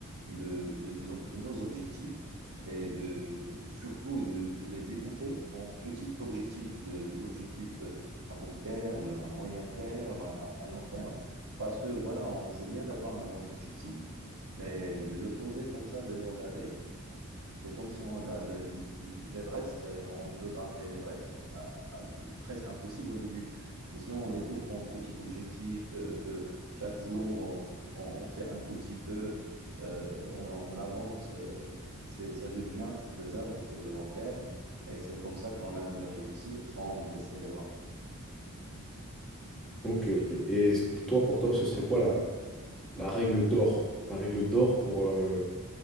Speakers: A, on the right; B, in the centre.
A: de, de- de- de nos objectifs et de, surtout de, de les découper en petits objectifs, de- des objectifs à court terme, à moyen terme, à, à- à long terme, parce que voilà, on- c'est bien d'avoir un grand objectif, mais de le poser comme ça, de le regarder. C'est comme si on regarde l- l'Everest et on veut grimper l'Everest, c'est euh, euh, presque impossible au début. Mais si on découpe en petits objectifs, euh, que chaque jour on, on- on fait un tout petit peu, euh, on, on avance, euh, c'est- ça devient faisable sur le long terme. Et c'est comme ça qu'on arrive à réussir sans baisser les bras.
B: Ok, ok. Et toi, pour toi, ce serait quoi la, la règle d'or? La règle d'or pour, euh,